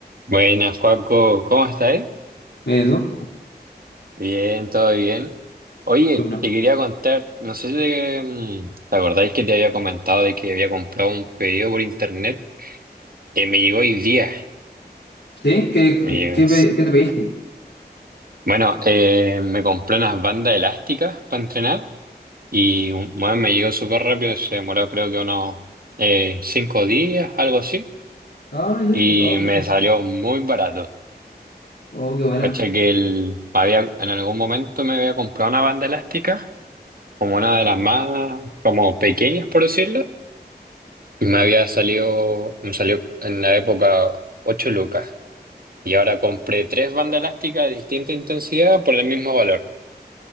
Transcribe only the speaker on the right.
Buenas, Joaco, ¿cómo estás?
Bien, todo bien. Oye,
te quería contar, no sé si te, mm, ¿te acordáis que te había comentado de que había comprado un pedido por internet? que me llegó hoy día.
Me
llegó.
Bueno, eh, me compré unas bandas elásticas para entrenar y bueno, me llegó súper rápido, se demoró creo que unos eh, cinco días, algo así,
y
me
salió muy barato.
Cacha que el, me había, en algún momento me había comprado una banda elástica como una de las más como pequeñas, por decirlo, y me había salido, me salió en la época 8 lucas. Y ahora compré tres bandas elásticas de distinta intensidad por el mismo valor.